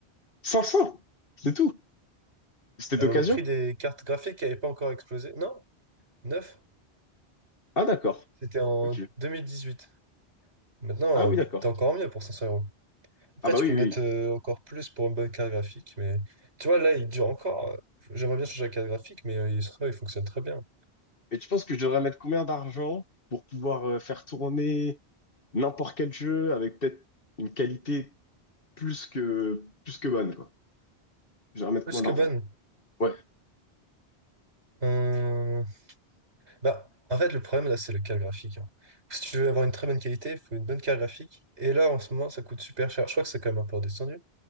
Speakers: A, on the left; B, on the right.
A: 500! C'est tout. C'était
B: Alors,
A: d'occasion?
B: le prix des cartes graphiques n'avait pas encore explosé. Non, 9.
A: Ah, d'accord.
B: C'était en
A: Ok.
B: 2018. Maintenant,
A: Ah oui,
B: euh,
A: d'accord.
B: t'as encore mieux pour 500 euros. Après,
A: Ah bah
B: tu
A: oui,
B: peux
A: oui.
B: mettre
A: oui.
B: euh, encore plus pour une bonne carte graphique, mais tu vois, là, il dure encore. euh, J'aimerais bien changer la carte graphique, mais euh, il, se- il fonctionne très bien.
A: Mais tu penses que je devrais mettre combien d'argent pour pouvoir euh, faire tourner n'importe quel jeu avec peut-être une qualité plus que, plus que bonne, quoi? Je devrais mettre
B: Plus
A: combien
B: que
A: d'argent?
B: bonne.
A: Ouais.
B: Euh, Bah, en fait, le problème là, c'est le carte graphique. hein. Si tu veux avoir une très bonne qualité, il faut une bonne carte graphique. Et là, en ce moment, ça coûte super cher. Je crois que c'est quand même un peu redescendu.